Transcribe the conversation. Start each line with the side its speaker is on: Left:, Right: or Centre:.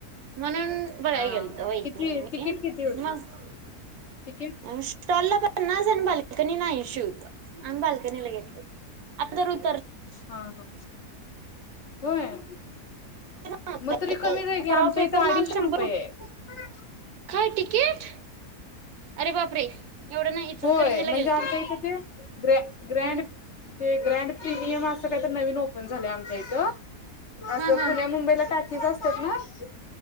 Right: म्हणुन बघायला
Left: हा
Right: गेलतो वहिनी
Left: किती
Right: आणि मि
Left: तिकीट किती होतं
Right: मग
Left: तिकीट
Right: आणि स्टॉला पण पन्नास आणि बालकनिला ऐंशी होत. आम्ही बालकानीला घेतलतो आता दर उत
Left: हा हा होय.
Right: <unintelligible>
Left: मग तरी कमीच आहे की
Right: परवा
Left: आमच्या
Right: पेपरला
Left: इथं अडीचशे
Right: आलत शंभर
Left: रुपये
Right: कोटी
Left: आहे.
Right: काय तिकिट, अरे बापरे एवढं नाही इचलकरंजीला
Left: होय म्हणजे
Right: गेलतो
Left: आमच्याहित
Right: मी
Left: ते ग्रॅ- ग्रॅड
Right: हम्म
Left: ते ग्रॅड प्रिमियम अस कायतर नविन ओपण झालय आमच्याहित असं
Right: हा हा
Left: पुण्या मुंबईला टाकी जास <unintelligible>